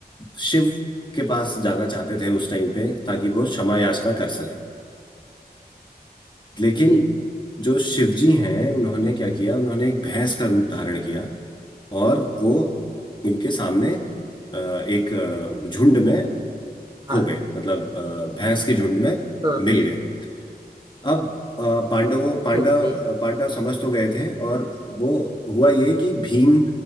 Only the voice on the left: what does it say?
शिव के पास जाना चाहते थे उस टाइम पे ताकि वो क्षमा याचना कर सके लेकिन
जो शिवजी हैं उन्होंने क्या किया उन्होंने एक भैंस का रूप धारण किया और वो उनके सामने अ, एक अ, झुंड में खो
गए
मतलब अ, भैंस के झुंड में
मिल
गए अब अ, पांडवों पांडव
पांडव समझ तो गए थे और वो हुआ ये कि भीम